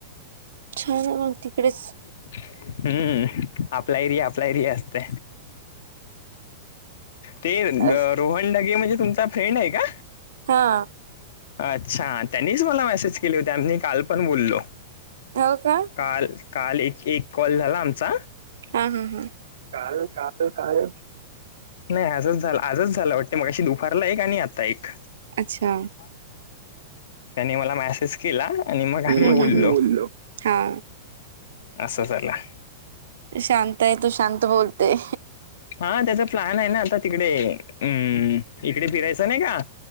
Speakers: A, on the right; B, on the left.
A: छान मग तिकडेच
B: हम्म आपलाहीरी आपलायरी असते ते
A: अस
B: रोहनडगे म्हणजे तुमचा फ्रेंड आहे का
A: हा
B: अच्छा त्यांनीच मला मेसेज केली होतीनी काल पण बोललो
A: हो का
B: काल काल एक एक कॉल झाला आमचा
A: ह ह ह का काल काय
B: नाही असंच झालं आजच झालं वाटते मग अशी दुपारला एक आणि आता एक
A: अच्छा
B: ह. त्यांनी मला मेसेज केला आणि मग आम्ही
A: हम्म,
B: बोललो
A: हम्म. हा
B: अससं ला
A: शांत आहे तू शांत बोलतेय
B: हा त्याचा प्लॅन आहे ना आता तिकडे हम् इकडे फिरायचं नाही का